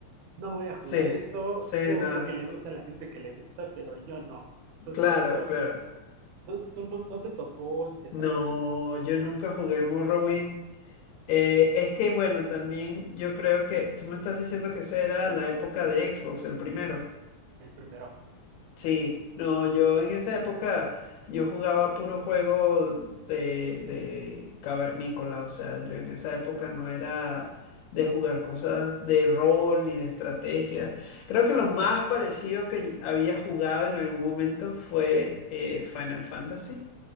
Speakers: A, on the right; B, on the left.
A: no voy a jugar
B: Sí,
A: esto,
B: cena.
A: qué bueno que le gusta a la gente que le gusta, pero yo no. Entonces,
B: Claro,
A: por eso,
B: claro.
A: ¿tú, tú no, no te tocó empezar
B: No,
A: así
B: yo nunca jugué Morrowind. Eh, es que bueno, también yo creo que tú me estás diciendo que esa era la época de Xbox, el primero.
A: el primero?
B: Sí, no, yo en esa época yo jugaba puro juego de, de cavernícola, o sea, yo en esa época no era de jugar cosas de rol ni de estrategia. Creo que lo más parecido que había jugado en algún momento fue eh, Final Fantasy,